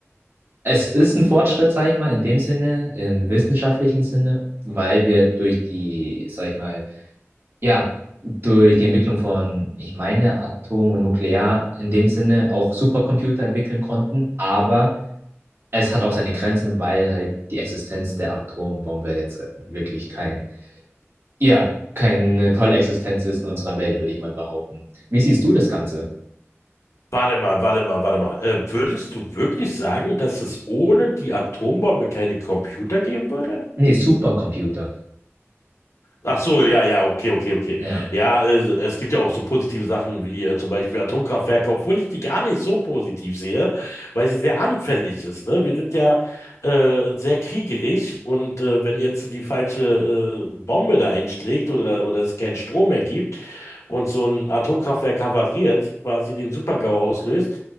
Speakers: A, on the right (about 55°); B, on the left (about 75°).
A: Es ist ein Fortschritt, sag ich mal, in dem Sinne, im wissenschaftlichen Sinne, weil wir durch die, sag ich mal, ja, durch die Entwicklung von, ich meine, Atom und Nuklear in dem Sinne auch Supercomputer entwickeln konnten, aber es hat auch seine Grenzen, weil halt die Existenz der Atombombe jetzt äh, wirklich kein, ja, keine tolle Existenz ist in unserer Welt, würde ich mal behaupten. Wie siehst du das Ganze?
B: Warte mal, warte mal, warte mal. Äh, würdest du wirklich sagen, dass es ohne die Atombombe keine Computer geben würde?
A: Nee, Supercomputer.
B: Ach so, ja, ja, okay, okay, okay.
A: Ja,
B: Ja, äh, es gibt ja auch so positive Sachen wie äh, zum Beispiel Atomkraftwerke, obwohl ich die gar nicht so positiv sehe, weil sie sehr anfällig ist. Ne? Wir sind ja äh, sehr kriegerig und äh, wenn jetzt die falsche äh, Bombe da einschlägt oder, oder es keinen Strom mehr gibt und so ein Atomkraftwerk havariert, quasi den Super-GAU auslöst,